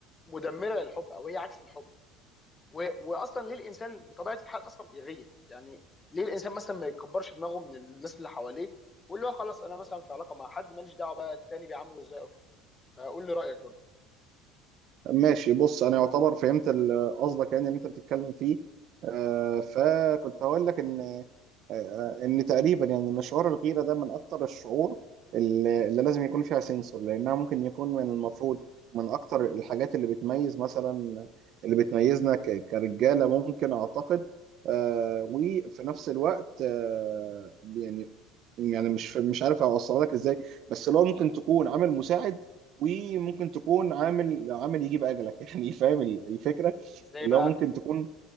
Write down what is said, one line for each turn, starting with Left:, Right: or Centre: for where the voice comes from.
Left: مدمره للحب او هي عكس الحب و... واصلا ليه الانسان بطبيعه الحال اصلا بيغير يعني ليه الانسان مثلا ما يكبرش دماغه من الناس اللي حواليه واللي هو خلاص انا مثلا في علاقه مع حد ماليش دعوه بقى التاني بيعامله ازاي او كده فقول لي رايك برضه
Right: ماشي بص انا يعتبر فهمت ال- قصدك يعني اللي انت بتتكلم فيه آه، فكنت هقول لك ان آه، آه، ان تقريبا يعني ان شعور الغيره ده من اكتر الشعور اللي اللي لازم يكون فيها سنسور لانها ممكن يكون من المفروض من اكتر الحاجات اللي بتميز مثلا اللي بتميزنا ك- كرجاله ممكن اعتقد آه، وفي نفس الوقت آه، يعني يعني مش مش عارف اوصلها لك ازاي بس لو ممكن تكون عامل مساعد وممكن تكون عامل عامل يجيب اجلك <laughs> يعني فاهم الفكره
Left: ازاي
Right: اللي
Left: بقى
Right: هو ممكن تكون